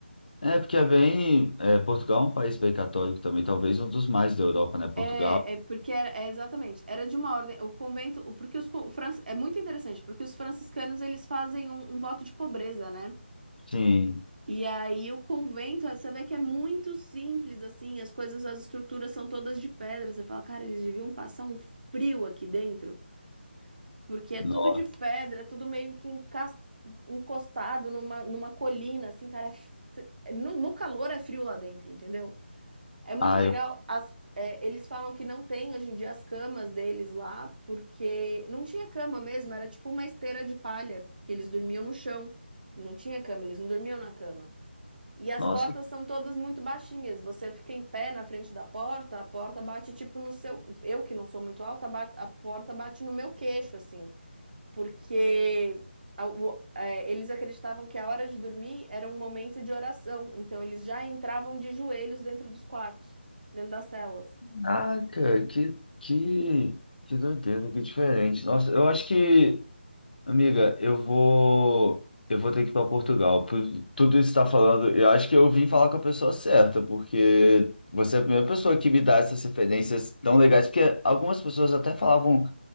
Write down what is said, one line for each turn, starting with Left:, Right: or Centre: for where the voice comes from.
Left: É, porque é bem. é, Portugal é um país bem católico também, talvez um dos mais da Europa, né? Portugal.
Right: É, é porque era, é exatamente, era de uma ordem, o convento, o- porque os, co- fran- é muito interessante, porque os franciscanos, eles fazem um, um voto de pobreza, né?
Left: Sim.
Right: E aí o convento, é, você vê que é muito simples, assim, as coisas, as estruturas são todas de pedra, você fala, cara, eles deviam passar um frio aqui dentro, porque é
Left: Nossa.
Right: tudo de pedra, é tudo meio que encas- encostado numa, numa colina, assim, cara, é f- no no calor é frio lá dentro, entendeu? É muito
Left: Ah,
Right: legal.
Left: eu...
Right: as- é, eles falam que não tem hoje em dia as camas deles lá, porque não tinha cama mesmo, era tipo uma esteira de palha, que eles dormiam no chão. Não tinha cama, eles não dormiam na cama. E as
Left: Nossa,
Right: portas são todas muito baixinhas. Você fica em pé na frente da porta, a porta bate tipo no seu. Eu que não sou muito alta, ba- a porta bate no meu queixo, assim porque a- o- é, eles acreditavam que a hora de dormir era um momento de oração, então eles já entravam de joelhos dentro dos quartos, dentro das celas.
Left: caraca, que, que, que doideira, que diferente. Nossa, eu acho que, amiga, eu vou. Eu vou ter que ir para Portugal. Por tudo isso que está falando, eu acho que eu vim falar com a pessoa certa, porque você é a primeira pessoa que me dá essas referências tão legais, porque algumas pessoas até falavam.